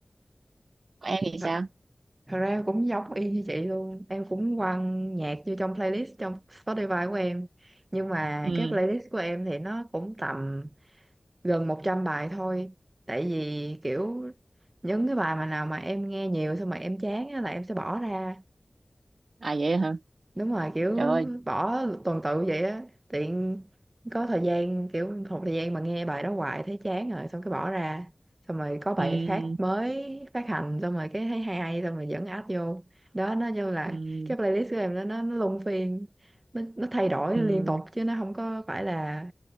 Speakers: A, on the right (about 85°); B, on the right (about 35°).
A: Còn em thì
B: Thật,
A: sao
B: thật ra em cũng giống y như chị luôn. Em cũng quăng nhạc vô trong playlist trong Spotify của em. Nhưng mà
A: ừ
B: cái playlist của em thì nó cũng tầm gần 100 bài thôi. Tại vì kiểu những cái bài mà nào mà em nghe nhiều xong mà em chán á là em sẽ bỏ ra
A: à vậy hả
B: đúng rồi kiểu
A: trời ơi
B: bỏ tuần tự vậy á tiện có thời gian kiểu một thời gian mà nghe bài đó hoài thấy chán rồi xong cái bỏ ra xong rồi có bài
A: ừ
B: khác mới phát hành xong rồi cái thấy hay hay xong rồi vẫn add vô đó nó như là
A: ừ
B: cái playlist của em đó nó nó luân phiên nó, nó thay đổi
A: ừ
B: liên tục chứ nó không có phải là